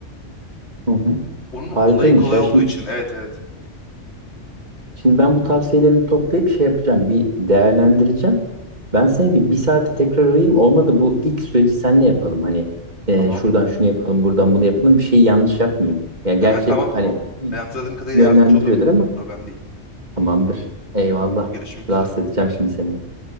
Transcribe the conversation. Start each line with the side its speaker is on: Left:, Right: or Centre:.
Right: hı hı.
Left: Onun
Right: Harikaymış
Left: olayı kolay
Right: ya.
Left: olduğu
Right: Şimdi,
Left: için. Evet evet.
Right: şimdi ben bu tavsiyelerimi toplayıp şey yapacağım. Bir değerlendireceğim. Ben seni bir, bir saate tekrar arayayım. Olmadı bu ilk süreci senle yapalım. Hani e,
Left: Tamam.
Right: şuradan şunu yapalım, buradan bunu yapalım. Bir şeyi yanlış yapmayayım. Ya gerçi
Left: Aha, tamam tamam.
Right: hani
Left: Ben hatırladığım kadarıyla
Right: yönlendiriyordur
Left: yardımcı olurum.
Right: ama
Left: Problem değil.
Right: tamamdır. Eyvallah.
Left: Tamamdır. Görüşmek üzere.
Right: Rahatsız edeceğim şimdi seni.